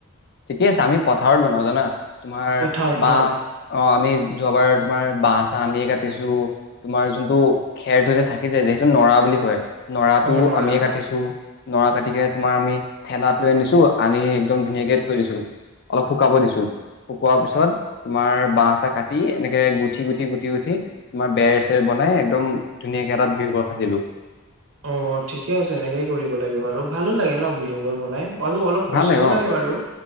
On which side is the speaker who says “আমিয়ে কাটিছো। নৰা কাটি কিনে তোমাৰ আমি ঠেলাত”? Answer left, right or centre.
Left